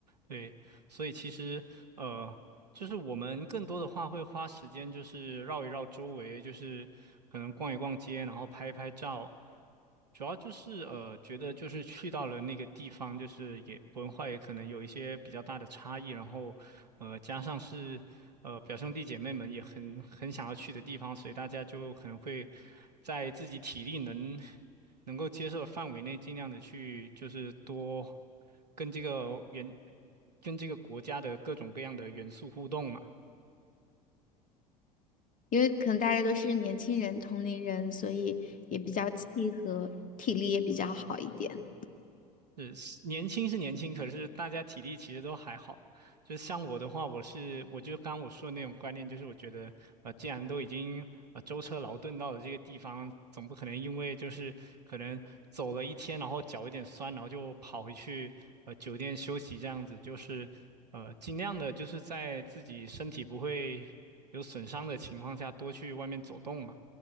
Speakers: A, on the right; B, on the left.
A: 对，所以其实呃。就是我们更多的话会花时间，就是绕一绕周围，就是可能逛一逛街，然后拍一拍照。主要就是呃，觉得就是去到了那个地方，就是也文化也可能有一些比较大的差异，然后呃，加上是呃表兄弟姐妹们也很很想要去的地方，所以大家就可能会在自己体力能能够接受的范围内，尽量的去就是多跟这个原。跟这个国家的各种各样的元素互动嘛。
B: 因为可能大家都是年轻人、同龄人，所以也比较契合，体力也比较好一点。
A: 是年轻是年轻，可是大家体力其实都还好。就像我的话，我是我就刚我说的那种观念，就是我觉得呃，既然都已经呃舟车劳顿到了这个地方，总不可能因为就是可能走了一天，然后脚有点酸，然后就跑回去呃酒店休息这样子，就是呃尽量的就是在自己身体不会有损伤的情况下，多去外面走动嘛。